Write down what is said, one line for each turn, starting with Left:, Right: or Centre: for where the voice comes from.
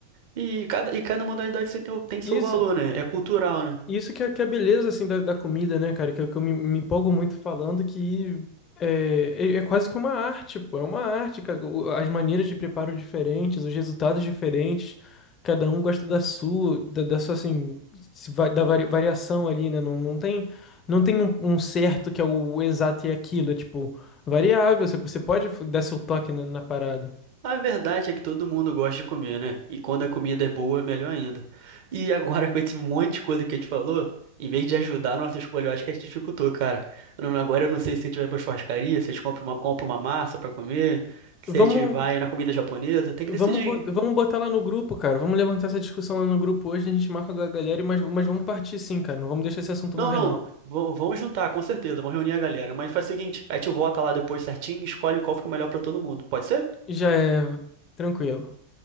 Right: E cada, e cada modalidade você tem, o- tem seu
Left: Isso,
Right: valor, né? É cultural, né?
Left: Isso que é, que é a beleza, assim, da, da comida, né, cara? Que, eu- que eu me, me empolgo muito falando que é, é, é quase que uma arte, pô. É uma arte, cara. O- As maneiras de preparo diferentes, os resultados diferentes. Cada um gosta da sua, da, da sua, assim, se va- da vari- variação ali, né? Não, não tem, não tem um, um certo que é o exato e é aquilo. É, tipo, variável. Você, você pode dar seu toque na na parada.
Right: A verdade é que todo mundo gosta de comer, né? E quando a comida é boa, é melhor ainda. E agora, com esse monte de coisa que a gente falou, em vez de ajudar a nossa escolha, eu acho que a gente dificultou, cara. Não- Agora eu não sei se a gente vai pra churrascaria, se a gente compra uma, compra uma massa pra comer, se
Left: Vamos.
Right: a gente vai na comida japonesa, tem que
Left: Vamos,
Right: decidir,
Left: bot-
Right: hein?
Left: vamos botar lá no grupo, cara. Vamos levantar essa discussão lá no grupo hoje. A gente marca com a galera, mas, mas vamos partir sim, cara. Não vamos deixar esse assunto
Right: Não,
Left: morrer,
Right: não.
Left: não.
Right: Vão- Vamos juntar, com certeza. Vamos reunir a galera. Mas faz o seguinte, a gente vota lá depois certinho, e escolhe qual fica melhor pra todo mundo. Pode ser?
Left: Já é tranquilo.